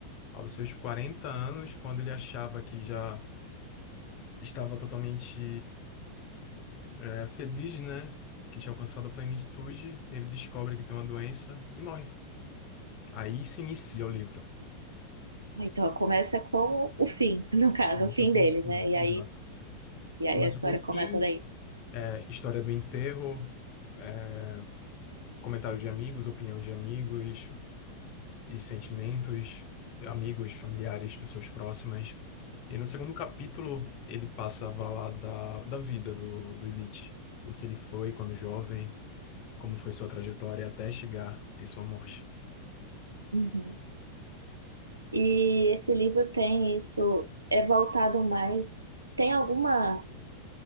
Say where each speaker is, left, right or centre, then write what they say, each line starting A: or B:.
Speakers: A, on the left; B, on the right.
A: aos seus 40 anos, quando ele achava que já estava totalmente eh, feliz, né? Que tinha alcançado a plenitude, ele descobre que tem uma doença e morre. Aí se inicia o livro.
B: Então, começa com o fim, <laughs> no caso,
A: Começa
B: o fim
A: com
B: dele,
A: o fim,
B: né? E
A: exato.
B: aí, e
A: Começa
B: aí a história
A: com o fim,
B: começa daí.
A: eh, história do enterro, é, comentário de amigos, opinião de amigos, e sentimentos, amigos, familiares, pessoas próximas. E no segundo capítulo, ele passa a falar da, da vida do, do Elite, o que ele foi quando jovem, como foi sua trajetória até chegar em sua morte.
B: Uhum. E esse livro tem isso, é voltado mais, tem alguma